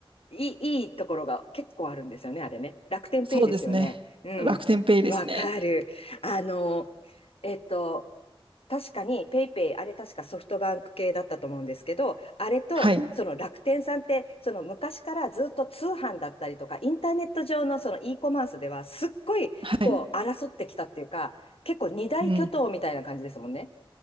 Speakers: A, on the left (about 75°); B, on the right (about 65°).
A: いい、いいところが結構あるんですよね、あれね。楽天ペイですよね。
B: そうですね。
A: うん。
B: 楽天ペイですね。
A: わかる。あの、えっと、確かにペイペイ、あれ確かソフトバンク系だったと思うんですけど、あれと、
B: はい。
A: その楽天さんって、その昔からずっと通販だったりとか、インターネット上のその e コマースでは、すっごい、
B: はい。
A: こう、争ってきたっていうか、結構二大巨頭みたいな感じですもんね。
B: うん。